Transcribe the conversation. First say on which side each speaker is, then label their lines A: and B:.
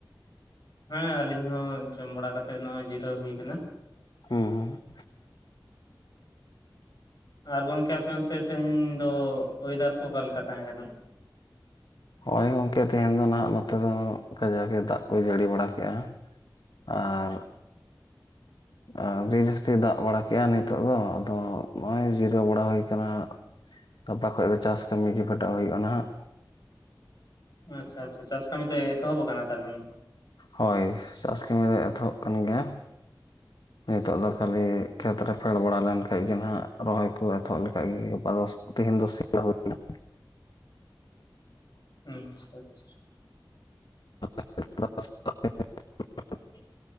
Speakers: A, on the left; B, on the left.
A: ᱦᱮᱸ, ᱟᱞᱤᱧ ᱦᱚᱸ ᱡᱚᱢ ᱵᱟᱲᱟ ᱠᱟᱛᱮᱜ ᱱᱚᱜ-ᱚᱭ ᱡᱤᱨᱟᱹᱣ ᱦᱩᱭ ᱠᱟᱱᱟ᱾
B: <unintelligible>
A: ᱟᱨ ᱜᱚᱝᱠᱮ ᱟᱯᱮ ᱚᱱᱛᱮ ᱛᱮᱦᱮᱧ ᱫᱚ ᱚᱭᱮᱫᱟᱨ ᱠᱚ ᱚᱠᱟ ᱞᱮᱠᱟ ᱛᱟᱦᱮᱸ ᱠᱟᱱᱟ?
B: ᱦᱚᱜ-ᱚᱭ ᱜᱚᱝᱠᱮ ᱛᱮᱦᱮᱱ ᱫᱚ ᱱᱟᱦᱟᱜ ᱱᱚᱛᱮ ᱫᱚ ᱠᱟᱡᱟᱠ ᱮ ᱫᱟᱜ ᱠᱚᱭ ᱡᱟᱲᱤ ᱵᱟᱲᱟ ᱠᱮᱜ-ᱟ᱾ ᱟᱨ ᱟᱹᱰᱤ ᱡᱟᱹᱥᱛᱤ ᱫᱟᱜ ᱵᱟᱲᱟ ᱠᱮᱜ-ᱟ ᱱᱤᱛᱚᱜ ᱫᱚ ᱟᱫᱚ ᱱᱚᱜ-ᱚᱭ ᱡᱤᱨᱟᱹᱣ ᱵᱟᱲᱟ ᱦᱩᱭ ᱠᱟᱱᱟ᱾ ᱜᱟᱯᱟ ᱠᱷᱚᱡ ᱫᱚ ᱪᱟᱥ ᱠᱟᱹᱢᱤ ᱜᱮ ᱯᱷᱮᱴᱚᱜ ᱦᱩᱭᱩᱜ-ᱟ ᱱᱟᱦᱟᱜ᱾
A: ᱟᱪᱪᱷᱟ ᱟᱪᱪᱷᱟ, ᱪᱟᱥ ᱠᱟᱹᱢᱤ ᱫᱚ ᱮᱛᱚᱦᱚᱵ ᱠᱟᱱᱟ ᱛᱟᱨᱢᱟᱱᱮ?
B: ᱦᱳᱭ, ᱪᱟᱥ ᱠᱟᱹᱢᱤ ᱫᱚ ᱮᱛᱚᱦᱚᱵ ᱠᱟᱱ ᱜᱮᱭᱟ᱾ ᱱᱤᱛᱚᱜ ᱫᱚ ᱠᱷᱟᱹᱞᱤ ᱠᱷᱮᱛ ᱨᱮ ᱯᱷᱮᱰ ᱵᱟᱲᱟ ᱞᱮᱱ ᱠᱷᱟᱱᱴᱡ ᱜᱮ ᱱᱟᱦᱟᱜ ᱨᱚᱦᱚᱭ ᱠᱚ ᱮᱛᱚᱦᱚᱵ ᱞᱮᱠᱷᱟᱡ ᱜᱮ ᱜᱟᱯᱟ ᱫᱚ ᱛᱤᱦᱤᱝ ᱫᱚ ᱥᱤ <unintelligible>
A: ᱟᱪᱪᱷᱟ ᱟᱪᱪᱷᱟ᱾
B: <unintelligible>
A: <unintelligible>